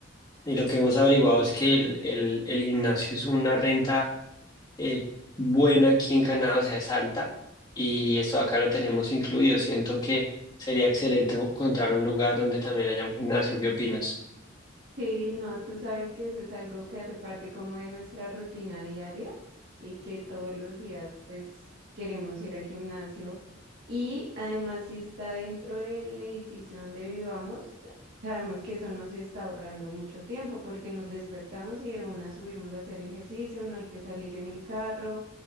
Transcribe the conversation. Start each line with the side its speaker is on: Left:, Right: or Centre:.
Left: Y lo que hemos averiguado es que el, el el gimnasio es una renta eh, buena aquí en Canadá, o sea, es alta, y esto acá lo tenemos incluido. Siento que sería excelente encontrar un lugar donde también haya un gimnasio. ¿Qué opinas?
Right: Sí, no, tú sabes que eso es algo que hace parte como de nuestra rutina diaria y que todos los días pues queremos ir al gimnasio y además si está dentro del edificio donde vivamos, sabemos que eso nos está ahorrando mucho tiempo porque nos despertamos y de una subimos a hacer ejercicio, no hay que salir en el carro,